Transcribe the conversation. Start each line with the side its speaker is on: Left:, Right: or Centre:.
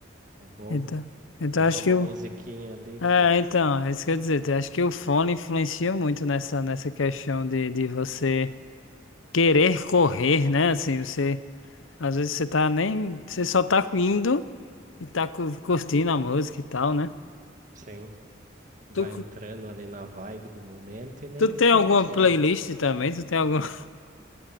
Right: É bom
Left: Então, então
Right: colocar
Left: acho
Right: uma
Left: que o
Right: musiquinha ali que,
Left: É, então, é isso que eu ia dizer. eu Acho que o fone influencia muito nessa, nessa questão de, de você querer correr, né? Assim, você. Às vezes você tá nem. Você só tá indo e tá cu- curtindo a música e tal, né?
Right: sim, vai
Left: Tu,
Right: entrando ali na vibe do momento e nem
Left: tu
Right: sente
Left: tem alguma
Right: muito.
Left: playlist também? Tu tem alguma. <laughs>